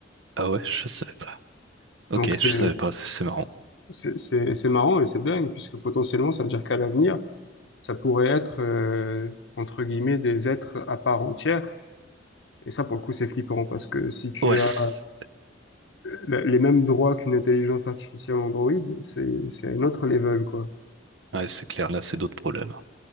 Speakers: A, on the right (about 80°); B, on the left (about 70°).
A: Ah ouais, je savais pas. Ok,
B: Donc c'est
A: je savais pas, c'est c'est marrant.
B: C'est c'est- c'est marrant et c'est dingue, puisque potentiellement, ça veut dire qu'à l'avenir, ça pourrait être, euh, entre guillemets, des êtres à part entière. Et ça, pour le coup, c'est flippant, parce que si tu
A: OS.
B: as euh, la- les mêmes droits qu'une intelligence artificielle Android, c'est c'est un autre level, quoi.
A: Ouais, c'est clair, là, c'est d'autres problèmes.